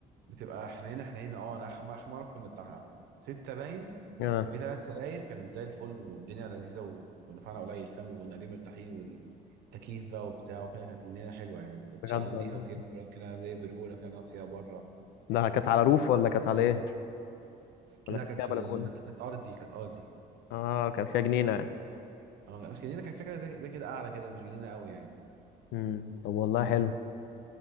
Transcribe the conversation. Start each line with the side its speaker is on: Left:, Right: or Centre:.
Right: بتبقى حنينه حنينه اه انا اخر مره اخر مره كنا بتاع سته باين
Left: اه
Right: كان في ثلاث سراير كانت زي الفل والدنيا لذيذه ودفعنا قليل فاهم وكنا قاعدين مرتاحين والتكييف بقى وبتاع وكده كانت الدنيا حلوه يعني والشقه
Left: بجد
Right: نضيفه
Left: والله.
Right: فيها بره كده زي برجوله كده نقعد فيها بره
Left: ده كانت على روف ولا كانت على ايه ولا
Right: لا
Left: كانت
Right: كانت
Left: فيها
Right: في
Left: بلكونه
Right: ال... كانت كانت ارضي كانت ارضي
Left: اه كان فيها جنينه يعني.
Right: اه مش جنينه كانت فكره زي, زي كده قاعده كده مش جنينه قوي يعني
Left: امم طب والله حلو